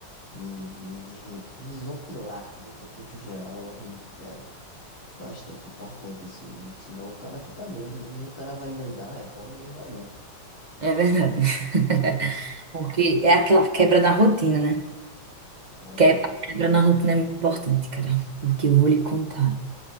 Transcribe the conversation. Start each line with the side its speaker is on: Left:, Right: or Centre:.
Left: me, me, deslo- me desopilar no contexto geral, eu acredito que é bastante importante, assim, senão o cara fica doido, né? E o cara vai endoidar, é, pode endoidar não,
Right: É verdade. <laughs> Porque é aquela quebra na rotina, né?
Left: é verdade.
Right: Que- é, a Quebra na rotina é muito importante, cara. Porque eu vou lhe contar.